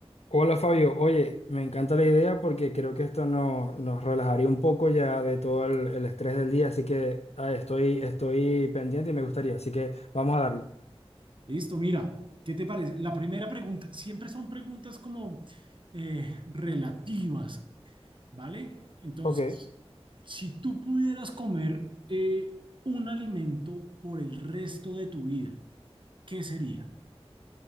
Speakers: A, on the left; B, on the right.
A: Hola Fabio, oye, me encanta la idea porque creo que esto no- nos relajaría un poco ya de todo el, el estrés del día, así que ah, estoy, estoy pendiente y me gustaría, así que vamos a darle.
B: Listo, mira, ¿qué te parece? La primera pregunta, siempre son preguntas como eh, relativas, ¿vale? Entonces,
A: Ok,
B: si tú pudieras comer eh, un alimento por el resto de tu vida, ¿qué sería?